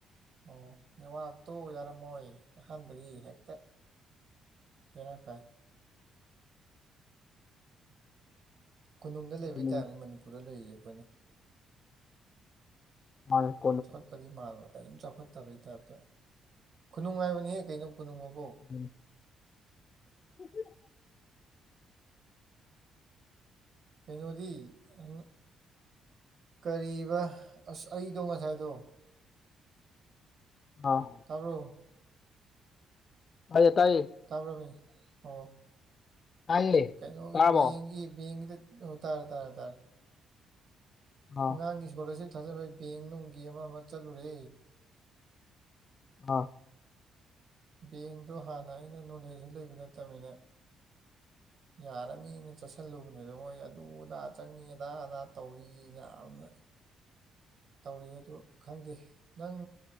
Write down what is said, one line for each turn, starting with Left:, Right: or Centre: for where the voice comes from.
Right: ꯑꯣ ꯅꯦꯋꯥꯛꯇꯣ ꯌꯥꯔꯝꯃꯣꯏ ꯑꯍꯥꯟꯕꯒꯤ ꯍꯦꯛꯇ ꯕꯦꯔꯥ ꯀꯥꯏ ꯀꯣꯅꯨꯡꯗ ꯂꯩꯕꯩ
Left: ꯑꯗꯨꯅꯤ
Right: ꯇꯥꯏꯞꯅꯤ ꯃꯅꯤꯄꯨꯔꯗ ꯂꯩꯔꯤꯁꯦ ꯑꯩꯈꯣꯏꯅ
Left: <unintelligible>
Right: ꯆꯥꯎꯈꯠꯄꯗꯤ ꯃꯥꯟꯕ ꯀꯩꯏꯝ ꯆꯥꯎꯈꯠꯇꯕꯒꯤ ꯇꯥꯏꯞꯇ ꯈꯨꯅꯨꯡ ꯍꯥꯏꯥꯕꯅꯤꯍꯦ ꯀꯩꯅꯣ ꯀꯣꯅꯨꯡ ꯑꯕꯣ
Left: ꯑꯗꯨꯅꯤ <inaudible>
Right: ꯀꯩꯅꯣꯗꯤ ꯑ ꯀꯔꯤꯑꯕ ꯑꯁ ꯑꯩꯗꯣ ꯉꯁꯥꯏꯗꯣ
Left: ꯑꯥ
Right: ꯇꯥꯕ꯭ꯔꯣ
Left: ꯇꯥꯏꯌꯦ ꯇꯥꯏꯌꯦ
Right: ꯇꯥꯕ꯭ꯔꯣꯃꯦ ꯑꯣ
Left: ꯇꯥꯏꯌꯦ
Right: ꯀꯩꯅꯣꯒꯤ
Left: ꯇꯥꯔꯕꯣ
Right: ꯕꯦꯡꯒꯤ ꯕꯦꯡꯒꯤꯗ ꯑꯣ ꯇꯥꯔꯦ ꯇꯥꯔꯦ ꯇꯥꯔꯦ
Left: ꯑꯥ
Right: ꯑꯉꯥꯡꯒꯤ ꯁ꯭ꯀꯣꯂꯔꯁꯤꯞ ꯊꯥꯖꯤꯟꯕꯩ ꯕꯦꯡ ꯅꯨꯡꯒꯤ ꯑꯃ ꯑꯃ ꯆꯠꯂꯨꯔꯦ
Left: ꯑꯥ
Right: ꯕꯦꯡꯗꯣ ꯍꯥꯟꯅ ꯑꯩꯅ ꯅꯣꯂꯦꯖꯁꯨ ꯂꯩꯕ ꯅꯠꯇꯕꯅꯤꯅ
Left: <inaudible>
Right: ꯌꯥꯔꯅꯤꯅ ꯆꯠꯁꯤꯜꯂꯨꯕꯅꯤꯗ ꯃꯣꯏ ꯑꯗꯨ ꯑꯗꯥ ꯆꯪꯉꯤ ꯑꯗꯥ ꯑꯗꯥ ꯇꯧꯏꯅ ꯌꯥꯝꯅ ꯇꯧꯔꯛꯑꯦ ꯑꯗꯨ ꯈꯪꯗꯦ ꯅꯪ